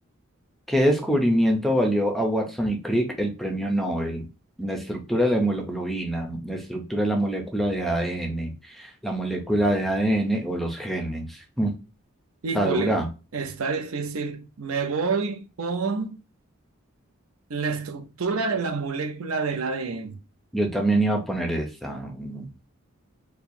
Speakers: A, in the centre; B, on the right.
A: ¿Qué descubrimiento valió a Watson y Crick el premio Nobel? La estructura de la hemoglobina, la estructura de la molécula de ADN, la molécula de ADN o los genes. Mm,
B: Híjole,
A: Está dura.
B: está difícil. Me voy con la estructura de la molécula del ADN.
A: Yo también iba a poner esa. Mm.